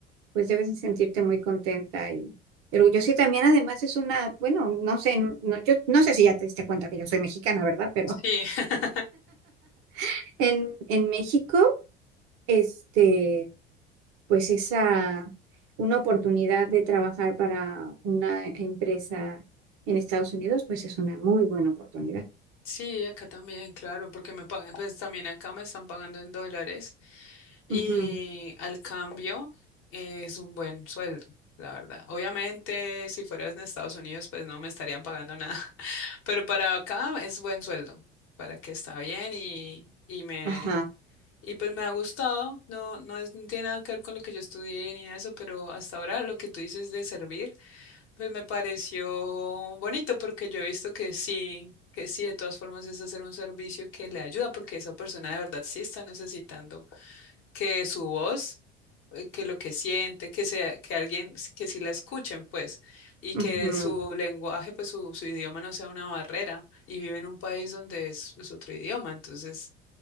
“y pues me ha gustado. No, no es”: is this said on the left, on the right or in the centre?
Left